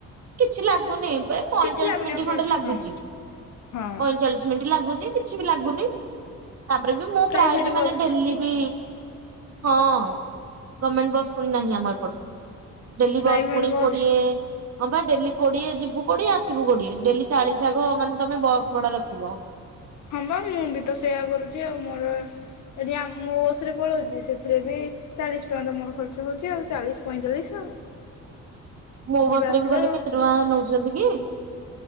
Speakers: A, on the right (about 55°); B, on the left (about 70°).
A: କିଛି ଲାଗୁନି। ବେ ପଇଁଚାଳିଶ
B: କିଛି ଲାଗୁନି
A: ମିନିଟ୍
B: ଅଭ୍ୟାସ
A: ଖଣ୍ଡେ ଲାଗୁଛି।
B: ହଁ ହଁ
A: ପଇଁଚାଳିଶ ମିନିଟ ଲାଗୁଛି। କିଛି ବି ଲାଗୁନି। ତାପରେ ବି ମୁଁ
B: ପ୍ରାଇଭେଟ
A: ପ୍ରାୟ
B: ବସ୍
A: ହେଲିବି ହଁ ଗଭର୍ଣମେଣ୍ଟ ବସ୍ ପୁଣି ନାହିଁ ଆମ ଏପଟେ। ଡେଲି
B: ପ୍ରାଇଭେଟ
A: ବସ୍ ପୁଣି
B: ବସ୍
A: କୋଡ଼ିଏ ହଁ ବା ଡେଲି କୋଡ଼ିଏ ଯିବୁ କୋଡ଼ିଏ, ଆସିବୁ କୋଡ଼ିଏ। ଡେଲି ଚାଳିଶ ଆାଗ ମାନେ ତମେ ବସ ଭଡ଼ା ରଖିବ।
B: ହଁ ବା ମୁଁ ବି ତ ସେୟା କରୁଛି ଆଉ। ମୋର ଏଠି ଆ ମୋ ବସ୍ ରେ ପଳଉଛି ସେଥିରେ ବି ଚାଳିଶ ଟଙ୍କା ତ ମୋର ଖର୍ଚ୍ଚ ହଉଛି ଆଉ ଚାଳିଶ ପଇଁଚାଳିଶ
A: ମୋ ବସ୍
B: ଯିବା ଆସିବା
A: ରେ ବି ଗଲେ
B: ଆଉ
A: କେତେ ଟଙ୍କା ନେଉଛନ୍ତି କି?